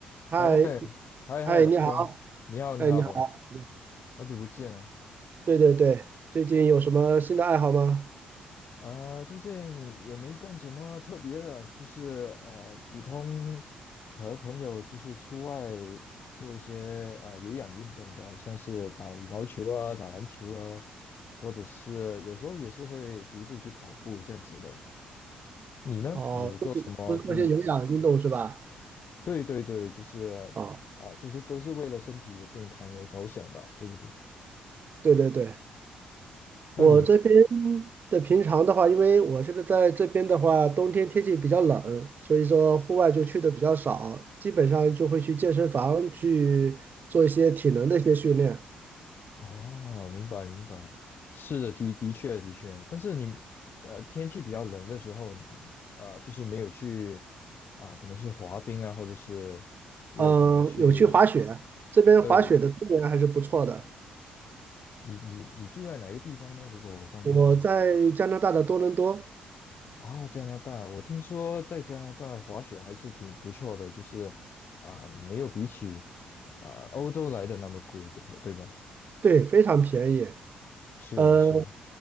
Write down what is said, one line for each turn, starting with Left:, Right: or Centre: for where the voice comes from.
Right: 嗨，
Left: 哎嘿，
Right: 哎，你好，
Left: 兄，你好，你好，
Right: 哎，你好，
Left: 好久不见了。
Right: 对对对，最近有什么新的爱好吗？
Left: 呃，最近也没干什么特别的，就是呃，普通和朋友就是出外做一些呃有氧运动吧，像是打羽毛球啊、打篮球啊，或者是有时候也是会独自去跑步这样子的。你呢？
Right: 哦，
Left: 你有做什么不一样？
Right: 都是都是做些有氧运动是吧？
Left: 对对对，就是
Right: 哦，
Left: 啊、呃就是都是为了身体的健康而着想吧，对不对？
Right: 对对对，
Left: 那你？
Right: 我这边的平常的话，因为我现在在这边的话，冬天天气比较冷，所以说户外就去的比较少，基本上就会去健身房去做一些体能的一些训练。
Left: 哦，明白明白，是的，的的确的确，但是你呃天气比较冷的时候，呃就是没有去啊，可能是滑冰啊，或者是也有可能去，
Right: 嗯，有去滑雪，这边滑雪的资源还是不错的。
Left: 对你你你住在哪一个地方呢？如果我方便问呢？
Right: 我在加拿大的多伦多，
Left: 啊，加拿大，我听说在加拿大滑雪还是挺不错的，就是啊没有比起啊欧洲来的那么贵，对吧？对吧？
Right: 对，非常便宜。
Left: 是的，
Right: 呃，
Left: 是的，